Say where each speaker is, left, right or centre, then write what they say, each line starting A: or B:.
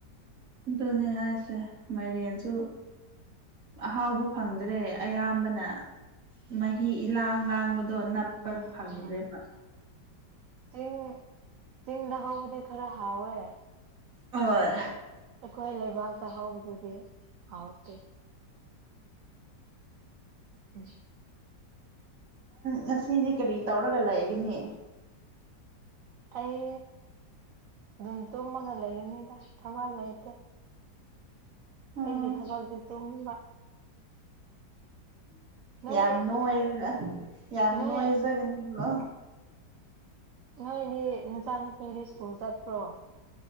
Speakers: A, on the right; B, on the right.
A: ꯑꯗꯨꯅꯦ ꯍꯥꯏꯁꯦ ꯃꯥꯏꯔ‌ꯦꯟꯁꯨ ꯑꯍꯥꯎꯕ ꯐꯪꯗ꯭ꯔꯦ ꯑꯌꯥꯝꯕꯅ ꯃꯍꯤ ꯏꯂꯥꯡ ꯂꯥꯡꯕꯗꯣ ꯅꯞ
B: ꯎꯝ
A: ꯄ ꯐꯪꯗ꯭ꯔꯦꯕ
B: ꯎꯝ ꯆꯤꯡ ꯆꯤꯡꯗ ꯍꯧꯕꯗꯤ ꯈꯔ ꯍꯥꯎꯋꯦ
A: ꯍꯣꯏ
B: ꯑꯩꯈꯣꯏ ꯂꯩꯕꯥꯛꯇ ꯍꯧꯕꯗꯨꯗꯤ ꯍꯥꯎꯇꯦ ꯎ
A: ꯉꯁꯤꯗꯤ ꯀꯔꯤ ꯇꯧꯔꯒ ꯂꯩꯒꯅꯤ
B: ꯑꯩ ꯑꯗꯨꯝ ꯇꯨꯝꯃꯒ ꯂꯩꯔꯤꯅꯤꯗ ꯊꯃꯜ ꯂꯩꯇꯦ
A: ꯎꯝ
B: ꯑꯩꯒꯤ ꯊꯕꯛꯁꯦ ꯇꯨꯝꯕ ꯅꯣꯏ
A: ꯌꯥꯝ ꯅꯨꯡꯔ ꯌꯥꯝ
B: ꯅꯣꯏ
A: ꯑꯣꯏꯖꯒꯅꯤꯕꯣ
B: ꯅꯣꯏꯅꯦ ꯅꯨꯆꯥ ꯅꯨꯨꯄꯤꯗꯤ ꯁ꯭ꯀꯨꯜ ꯆꯠꯄ꯭ꯔꯣ